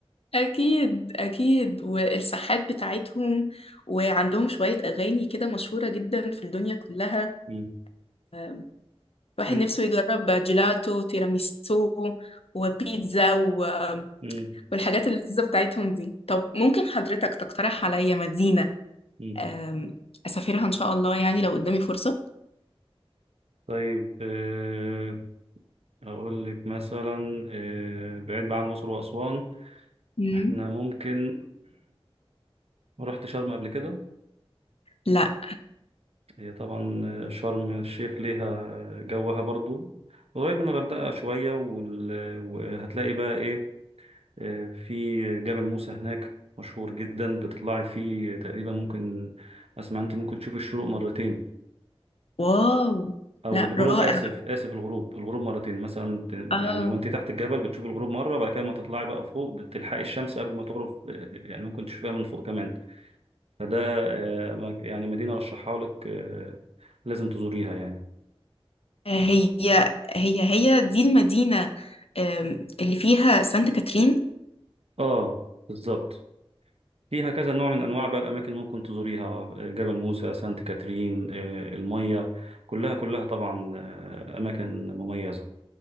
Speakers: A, on the left; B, on the right.
A: أكيد أكيد والساحات بتاعتهم وعندهم شوية أغاني كده مشهورة جدا في الدنيا كلها
B: مم.
A: آه، الواحد
B: انت
A: نفسه يجرب جيلاتو تيراميسو وبيتزا و-
B: مم.
A: والحاجات اللذيذة بتاعتهم دي طب ممكن حضرتك تقترح عليا مدينة
B: مم.
A: آم، أسافرها إن شاء الله يعني لو قدامي فرصة؟
B: طيب آه، اقول لك مثلا آه، بعيد بقى عن الاقصر واسوان
A: مم.
B: احنا ممكن <clears throat> رحت شرم قبل كده
A: لا
B: هي طبعا آه، شرم الشيخ ليها جوها برضو قريب من الغردقه شويه وال- وهتلاقي بقى ايه آه، في جبل موسى هناك مشهور جدا بتطلعي فيه تقريبا ممكن اسمع انت ممكن تشوف الشروق مرتين
A: واو
B: او
A: لا
B: الغروب
A: رائع
B: اسف اسف الغروب الغروب مرتين مثلا
A: آه
B: يعني وانت تحت الجبل بتشوف الغروب مره بعد كده ما تطلعي بقى فوق بتلحقي الشمس قبل ما تغرب آه، يعني ممكن تشوفيها من فوق كمان فده آه، يعني مدينه رشحها لك آه، لازم تزوريها يعني
A: هي هي هي دي المدينة آم، اللي فيها سانت كاترين
B: اه بالظبط فيها كذا نوع من انواع بقى الاماكن اللي ممكن تزوريها آه، جبل موسى سانت كاترين آه، الميه كلها كلها طبعا آه، اماكن مميزه